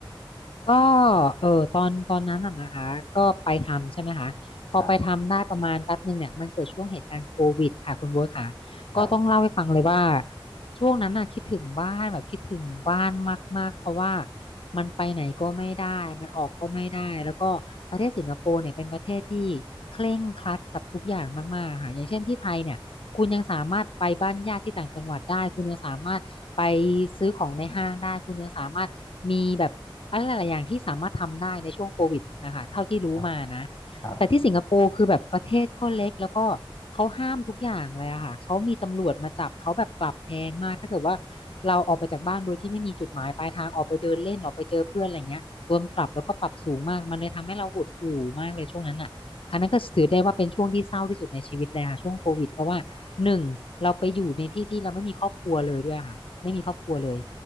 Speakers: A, on the left (about 75°); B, on the left (about 45°).
A: ก็เออตอนตอนนั้นน่ะนะคะก็ไปทำใช่ไหมคะพอไปทำได้ประมาณแป๊บหนึ่งเนี่ยมันเกิดช่วงเหตุการณ์โควิดค่ะคุณโบ๊ทค่ะก็ต้องเล่าให้ฟังเลยว่า
B: ครับครับ
A: ช่วงนั้นน่ะคิดถึงบ้านแบบคิดถึงบ้านมากๆเพราะว่ามันไปไหนก็ไม่ได้มันออกก็ไม่ได้แล้วก็ประเทศสิงคโปร์เนี่ยเป็นประเทศที่เคร่งครัดกับทุกอย่างมากๆค่ะอย่างเช่นที่ไทยเนี่ย คุณยังสามารถไปบ้านญาติที่ต่างจังหวัดได้คุณยังสามารถไปซื้อของในห้างได้คุณยังสามารถมีแบบอะไรหลายๆอย่างที่สามารถทำได้ในช่วงโควิดนะคะเท่าที่รู้มานะ
B: ครับครับ
A: แต่ที่สิงคโปร์คือแบบประเทศก็เล็กแล้วก็เขาห้ามทุกอย่างเลยอะค่ะเขามีตำรวจมาจับเขาแบบปรับแพงมากถ้าเกิดว่าเราออกไปจากบ้านโดยที่ไม่มีจุดหมายปลายทางออกไปเดินเล่นออกไปเจอเพื่อนอะไรเงี้ยโดนปรับแล้วก็ปรับสูงมากมันเลยทำให้เราหดหู่มากเลยช่วงนั้นอะ อันนั้นก็ถือได้ว่าเป็นช่วงที่เศร้าที่สุดในชีวิตเลยค่ะช่วงโควิดเพราะว่าหนึ่งเราไปอยู่ในที่ที่เราไม่มีครอบครัวเลยด้วยค่ะไม่มีครอบครัวเลย